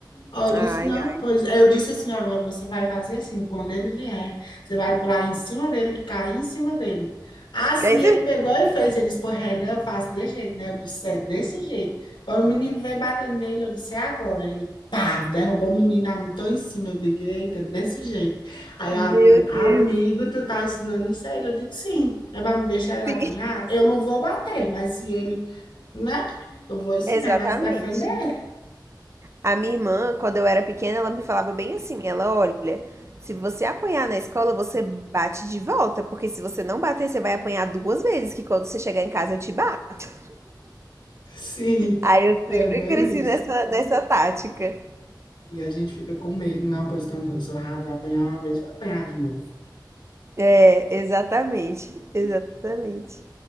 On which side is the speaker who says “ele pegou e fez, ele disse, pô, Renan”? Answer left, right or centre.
Left